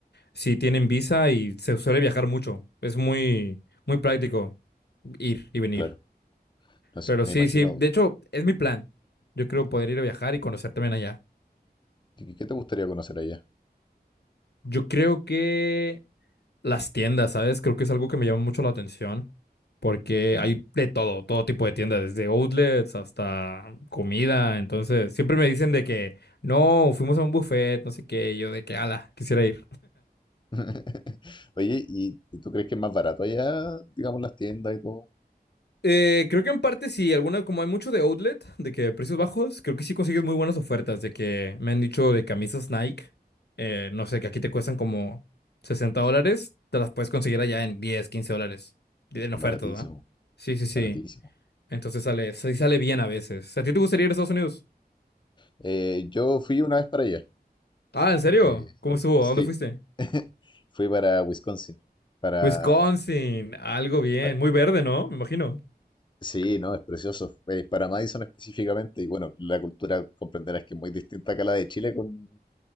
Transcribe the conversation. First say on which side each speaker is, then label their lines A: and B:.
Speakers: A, on the left (about 80°); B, on the left (about 30°).
A: Sí, tienen visa y se suele viajar mucho. Es muy, muy práctico ir y venir.
B: Claro. No sé,
A: Pero
B: me
A: sí,
B: imagino.
A: sí, de hecho, es mi plan. Yo creo poder ir a viajar y conocer también allá.
B: ¿Qué te gustaría conocer allá?
A: Yo creo que las tiendas, ¿sabes? Creo que es algo que me llama mucho la atención. Porque
B: Mm.
A: hay de todo, todo tipo de tiendas, desde outlets hasta comida. Entonces, siempre me dicen de que no, fuimos a un buffet, no sé qué. y Yo de que, ala, quisiera ir.
B: <laughs> Oye, ¿y, y tú crees que es más barato allá, digamos, las tiendas y todo?
A: Eh, creo que en parte sí, alguna, como hay mucho de outlet, de que precios bajos, creo que sí consigues muy buenas ofertas, de que me han dicho de camisas Nike, eh, no sé, que aquí te cuestan como 60 dólares, te las puedes conseguir allá en 10 15 dólares, de- en
B: Baratísimo,
A: ofertas, ¿va? Sí, sí, sí,
B: baratísimo.
A: entonces sale, sí sale bien a veces. ¿A ti te gustaría ir a Estados Unidos?
B: Eh, yo fui una vez para allá.
A: Ah, ¿en serio?
B: eh,
A: ¿Cómo estuvo?
B: sí,
A: ¿A dónde fuiste?
B: <laughs> fui para Wisconsin. Para,
A: Wisconsin, algo bien,
B: pa-
A: muy verde, ¿no? Me imagino.
B: sí, no, es precioso. eh, para Madison específicamente. Y bueno, la cultura comprenderás que es muy distinta acá a la de Chile con,